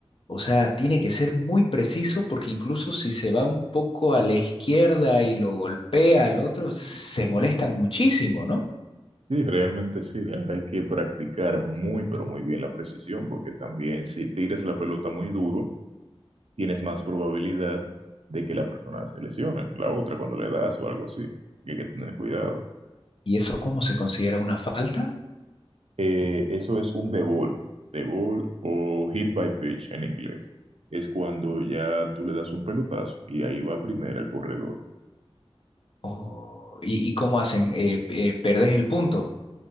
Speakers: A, on the left (about 60°); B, on the right (about 75°).
A: o sea, tiene que ser muy preciso porque incluso si se va un poco a la izquierda y lo golpea al otro, s- se molestan muchísimo, ¿no?
B: Sí, realmente sí. Hay que practicar muy, pero muy bien la precisión, porque también si tiras la pelota muy duro, tienes más probabilidad de que la persona se lesione, la otra cuando le das o algo así. Hay que tener cuidado.
A: ¿Y eso cómo se considera una falta?
B: Eh, eso es un de ball, de ball o hit by pitch en inglés. Es cuando ya tú le das un pelotazo y ahí va primero el corredor.
A: Oh, ¿y, y cómo hacen? Eh, eh, ¿perdés el punto?